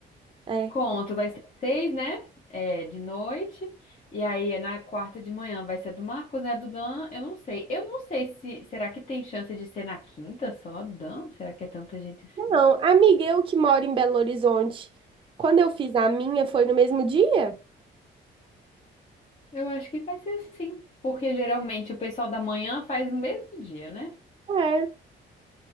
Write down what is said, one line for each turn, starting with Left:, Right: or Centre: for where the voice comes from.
Right: É.
Left: Conto, vai ser seis, né? É, de noite. E aí é na quarta de manhã vai ser a do Marcos, né? A do Dan, eu não sei. Eu não sei se. Será que tem chance de ser na quinta só, a do Dan? Será que é tanta gente assim?
Right: Não, amiga, eu que moro em Belo Horizonte. Quando eu fiz a minha, foi no mesmo dia?
Left: Eu acho que vai ser assim. Porque geralmente o pessoal da manhã faz no mesmo dia, né?
Right: É.